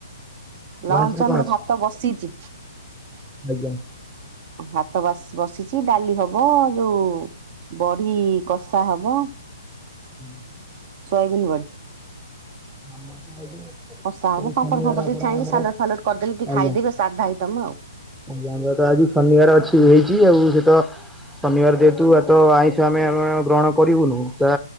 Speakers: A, on the right (about 40°); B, in the centre.
A: ଲଞ୍ଚ
B: ଲଞ୍ଚରେ
A: ଆମର
B: କଣ ଅଛି?
A: ଭାତ ବସିଚି।
B: ଆଜ୍ଞା।
A: ଭାତ ବସିଛି ଡାଲି ହବ ଯୋଉ ବଡି କଷା ହବ।
B: ହୁଁ।
A: Soybean body.
B: <unintelligible>
A: ବର୍ଷା ହବ
B: ଏଇ
A: ପାମ୍ପଡ
B: ଶନିବାର
A: ଫାମ୍ପଡ
B: ଆପଣ
A: ଟିକେ ଛାଣିକି
B: ଆମର
A: ସାଲଟ ଫାଲାଟ କରିଦେଲେ ଟିକେ
B: ଆଜ୍ଞା
A: ଖାଇଦେବି ସାଧା ଆଇଟମ ଆଉ।
B: ଆଜ୍ଞା ଆମର ତ ଆଜି ଶନିବାର ଅଛି ହେଇଛି ଆଉ ସେ ତ ଶନିବାର ଯେହେତୁ ଆଜି ତ ଆଇଁଷ ଆମେ ଆମେ ଗ୍ରହଣ କରିବୁନୁ ତା